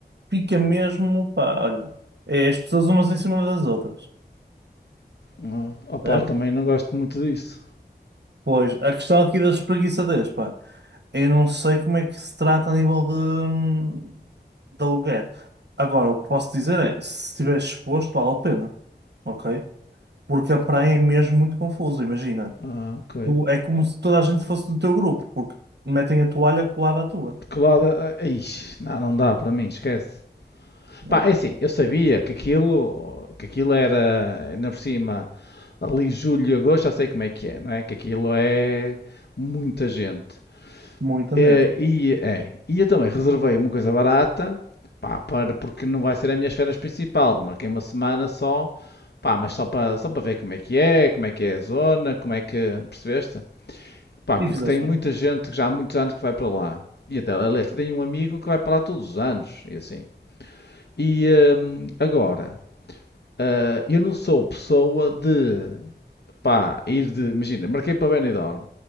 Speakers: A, on the right; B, on the left.
A: Fica mesmo, pá, olha, é as pessoas umas em cima das outras,
B: Ah, opá,
A: certo?
B: também não gosto muito disso.
A: Pois, a questão aqui das espreguiçadeiras, pá, eu não sei como é que se trata a nível de, hum, de aluguer. Agora, o que posso dizer é, se estiver exposto, vale a pena, ok? Porque a praia é mesmo muito confusa, imagina.
B: Ah, ok.
A: Tu, é como se toda a gente fosse do teu grupo, porque metem a toalha colada à tua.
B: De que lado? ah, ixi, não, não dá para mim, esquece.
A: É,
B: Pá, é assim, eu sabia que aquilo, que aquilo era, ainda por cima, ali julho e agosto, já sei como é que é, não é? Que aquilo é muita gente.
A: muita
B: É,
A: mesmo.
B: e, é, e eu também reservei uma coisa barata, pá, para, porque não vai ser a minha férias principal, marquei uma semana só, pá, mas só para, só para ver como é que é, como é que é a zona, como é que, percebeste? Pá,
A: E
B: porque
A: fizeste
B: tem muita
A: bem,
B: gente que já há muitos anos que vai para lá. E até, aliás, tenho um amigo que vai para lá todos os anos, e assim. E hum, agora, ah, eu não sou pessoa de, pá, ir de, imagina, marquei para Benidorm.